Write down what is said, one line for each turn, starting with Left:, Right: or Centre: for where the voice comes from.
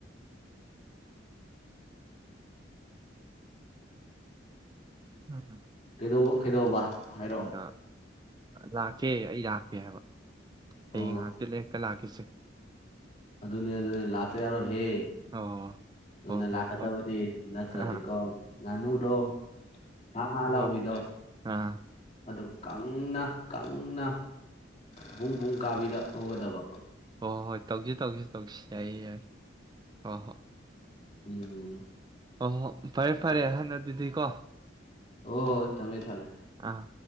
Right: ꯍ
Left: ꯀꯩꯗꯧꯕ ꯀꯩꯗꯧꯕ ꯍꯥꯏꯔꯛꯑꯣ
Right: ꯑ ꯂꯥꯛꯀꯦ ꯑꯩ ꯂꯥꯛꯀꯦ ꯍꯥꯏꯕ ꯍꯌꯦꯡ
Left: ꯑꯣ
Right: ꯉꯥꯛꯇꯤ ꯂꯀ ꯂꯥꯛꯈꯤꯁꯦ
Left: ꯑꯗꯨꯅꯦ ꯑꯗꯨꯅꯦ ꯂꯥꯛꯄ ꯌꯥꯔꯣꯍꯦ
Right: ꯑꯣ
Left: ꯊꯨꯅ
Right: ꯍꯣꯏ ꯍꯣꯏ
Left: ꯂꯥꯛꯀꯗꯕꯅꯤ
Right: ꯍꯣꯏ
Left: ꯅꯠꯇ꯭ꯔꯗꯤꯀꯣ
Right: ꯑꯥ
Left: ꯉꯥꯅꯨꯗꯣ ꯍꯥ ꯍꯥ
Right: ꯍꯣꯏ
Left: ꯂꯧꯥꯎꯏꯤꯗꯣ
Right: ꯑꯥ
Left: ꯑꯗꯨ ꯀꯪꯅ ꯀꯪꯅ ꯄꯕꯨꯡꯕꯨꯡ ꯀꯥꯕꯤꯗ ꯉꯧꯒꯗꯕ
Right: ꯍꯣꯏ ꯍꯣꯏ ꯍꯣꯏ ꯇꯧꯁꯤ ꯇꯧꯁꯤ ꯇꯧꯁꯤ ꯌꯥꯏ ꯌꯥꯏ ꯍꯣꯏ ꯍꯣꯏ
Left: ꯎꯝ
Right: ꯑꯣ ꯍꯣ ꯐꯔꯦ ꯐꯔꯦ
Left: ꯍꯣꯏ
Right: ꯍꯥꯟꯅ ꯑꯗꯨꯗꯤꯀꯣ
Left: ꯍꯣꯏ ꯊꯝꯃꯦ ꯊꯝꯃꯦ
Right: ꯑꯥ